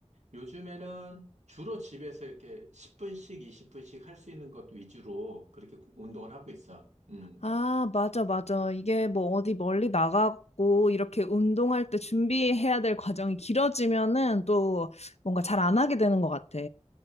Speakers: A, on the right; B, on the left.
A: 요즘에는 주로 집에서 이렇게 10분씩, 20분씩 할 수 있는 것 위주로 그렇게 운동을 하고 있어. 음.
B: 아, 맞아, 맞아. 이게 뭐 어디 멀리 나가고 이렇게 운동할 때 준비해야 될 과정이 길어지면은 또 뭔가 잘 안 하게 되는 것 같아.